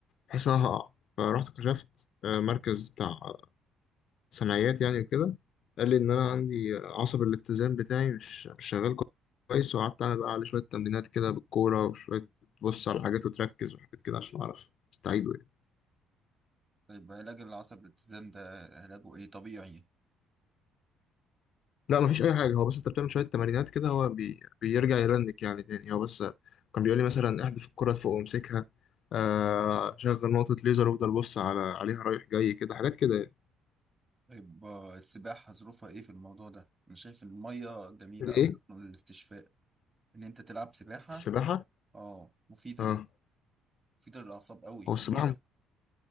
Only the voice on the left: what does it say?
بحس ان انا هقع فرحت كشفت آه مركز بتاع آه، سمعيات يعني وكده قال لي ان انا عندي آه، عصب الاتزان بتاعي مش مش شغال كويس وقعدت اعمل بقى عليه شوية تمرينات كده بالكورة وشوية تبص على حاجات وتركز وحاجات كده عشان اعرف استعيده يعني.
لا مفيش اي حاجه هو بس انت بتعمل شويه تمارينات كده هو بي... بيرجع يرنك يعني تاني هو بس كان بيقول لي مثلا احذف الكره فوق وامسكها آه شغل نقطه ليزر وافضل بص على عليها رايح جاي كده حاجات كده يعني.
ايه
السباحه
اه
هو السباحه